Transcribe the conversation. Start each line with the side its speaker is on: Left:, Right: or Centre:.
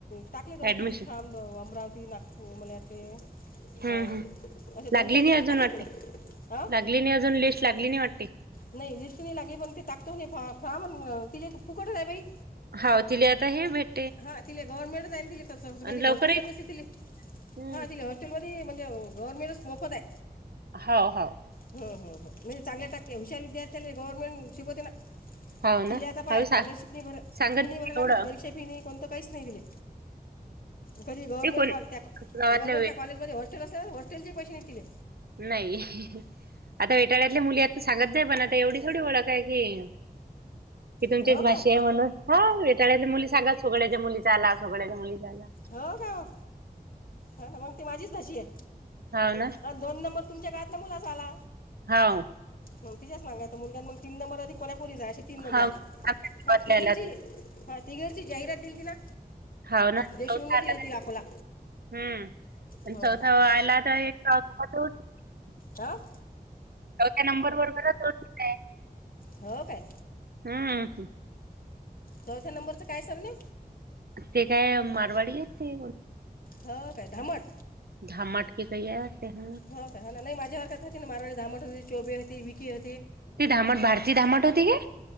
Left: टाकले दोन
Right: ऍडमिशन
Left: तीन फार्म अमरावती, नागपूर मन ते
Right: हम्म
Left: काय
Right: हम्म
Left: दोन
Right: लागली
Left: चार
Right: नाही
Left: ठिकाणी
Right: अजून
Left: टाकली
Right: वाटते
Left: तीनं हं.
Right: <unintelligible> नाही अजून लिस्ट लागली नाही वाटते?
Left: नाही लिस्ट नाही लागली पण ते टाकतो फाॅम ति फुकट आहे बाई.
Right: हाव तिले आता हे भेट
Left: हा तिला गव्हर्नमेंटच दिसत
Right: आणि
Left: कधी
Right: लवकरही
Left: हॉस्टेल मध्ये असे तिले
Right: हम्म
Left: हा तिले हॉस्टेल मध्ये म्हणजे गव्हर्नमेंटच मोफत आहे.
Right: हाव हाव
Left: हम्म हम्म म्हणजे चांगल्या टक्के हुशार विद्यार्थ्यांले गव्हर्नमेंट शिकवते ना.
Right: हाव
Left: तिले
Right: ना
Left: आता पाह
Right: हाव
Left: कॉलरशिप
Right: सांग
Left: नाही भ
Right: सांगत
Left: फी नाही भराय लागे
Right: एवढं
Left: परीक्षा फी नाही कोणत काहीच नाही तिले. कधी गव्हर्नमेंटॉ
Right: ते कोण गावातल्या
Left: गवर्नमेंटच्या
Right: वे
Left: कॉलेजमध्ये होस्टेल असल्या तर हॉस्टेलचे पैसेे नाही तीले.
Right: नाही आता विटाळ्यातले मुली आता सांगत जाय पण आता एवढी थोडी ओळख आहे की. कि तुमचीच
Left: हो
Right: भाची
Left: काय
Right: आहे म्हणून हो येेताळ्यातल्या मुली सांगाात सोगळ्याच्या मुलीचा आला सोगळ्याच्या मुलीचा आला.
Left: हो काय हो ह ना मग ती माझीच भाची आहे.
Right: हाव ना
Left: अम् दोन नंबर तुमच्या गावातल्या मुलाचा आला.
Right: हाव
Left: ह तिज्याच मागायं मुलगा मग तीन नंबर आधी. कोल्हापुरी जा असे तीन नंबर
Right: हाव
Left: आहेत हा
Right: बदलायला
Left: तिघाची हा तिघ्याची जाहिरात दिलती ना.
Right: हाव ना
Left: देशून
Right: <unintelligible>
Left: ती ती अकोला
Right: हम्म आणि
Left: हो
Right: चौथा
Left: हो
Right: व
Left: हो
Right: आला तर एक <unintelligible>
Left: हाव
Right: त्या नंबर वर करा तोच दिलाय.
Left: हो काय.
Right: हम्म
Left: चौथ्या नंबरचं काय सामने.
Right: ते काय मारवाडी आहेत ते.
Left: हो काय धामट.
Right: धामट की कही आते हे.
Left: हो काय ना नाही माझ्या वर्गात होती ना म मारवाडी धामट होती, चोबी ती विकी हो
Right: ती धामट भारती धामट होती काय?